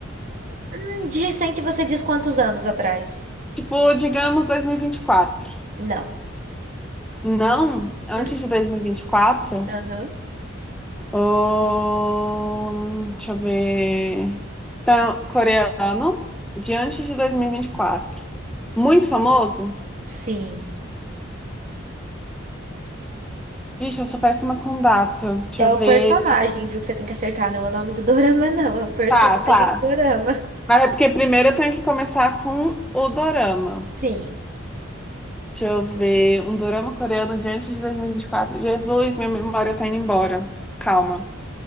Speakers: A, on the right (about 40°); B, in the centre.
A: Hum, de recente você diz quantos anos atrás?
B: Tipo, digamos dois mil e e vinte e quatro.
A: Não.
B: Não, antes
A: Hum.
B: de 2024.
A: Aham.
B: Hum, deixa eu ver. Então, coreano, de antes de dois mil e e vinte e quatro. Muito famoso?
A: Sim.
B: Vixe, eu sou péssima com data. Deixa
A: É
B: eu
A: o
B: ver.
A: personagem, viu, que você tem que acertar. Não é o nome do dorama, não. É o personagem
B: Tá, tá.
A: do dorama.
B: Mas é porque primeiro eu tenho que começar com o dorama.
A: Sim.
B: Deixa eu ver. Um dorama coreano de antes de 2024. Jesus, minha memória tá indo embora. Calma.